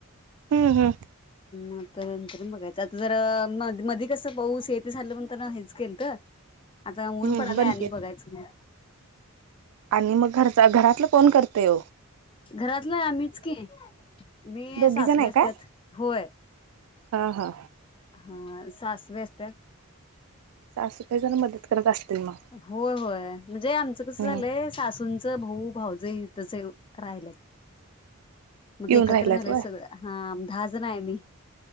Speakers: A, on the right; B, on the left.
A: हम्म हम्म
B: म तर नंतर बघायचं आता जरा म मध कस पाऊस येत झालं म्हण हेच गेल तर आता ऊन
A: हम्म
B: पड आलाय
A: बंद
B: आणि
A: की
B: बघायचं म
A: आणि मग घरचा घरातलं कोण करतेय
B: घरातलं आम्हीच की मी
A: दोघी
B: सासवे
A: जण आहे
B: अस
A: काय?
B: त्यात होय
A: हा हा
B: हा सास व्यस्त
A: जाश काही जरा मदत करत असतील मग
B: हो होय म्हणजे आमचं कसं
A: हम्म
B: झालंय सासूंचं भाऊ भाव ज त राहिला मध्ये
A: येऊन
B: एकत्र
A: राहिल्यात
B: झालेय
A: होय
B: सगळं हा दहा जण आहे मी